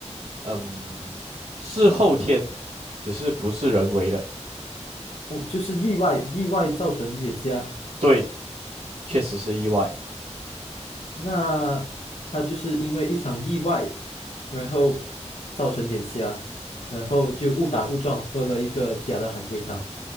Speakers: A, on the right (about 65°); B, on the left (about 70°).
A: 嗯，是后天，只是不是人为的。
B: 哦，就是意外，意外造成眼瞎。
A: 对，确实是意外。
B: 那他就是因为一场意外，然后造成眼瞎，然后就误打误撞喝了一个假的海龟汤。